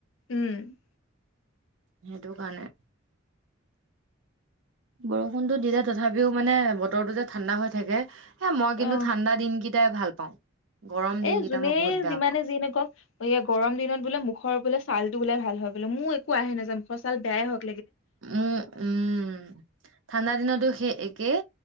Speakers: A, on the left; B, on the right.
A: উম
B: সেইটো কাৰণে। বৰষুণতো দিলে তথাপিও মানে, বতৰটো যে ঠাণ্ডা হৈ থাকে। এ মই কিন্তু
A: অ
B: ঠাণ্ডা দিন কেইটাই ভাল। পাওঁ। গৰম দিনকেইটা
A: এ যোনে
B: মই বহুত বেয়া
A: যিমানে যি নকওক, এই গৰম দিনত বোলে মুখৰ বোলে। চালটো বোলে ভাল হয় বোলে মোৰ একো আহে নাযায় মুখৰ ছাল বেয়াই হক।
B: উ উম ঠাণ্ডা দিনতো সেই কেই।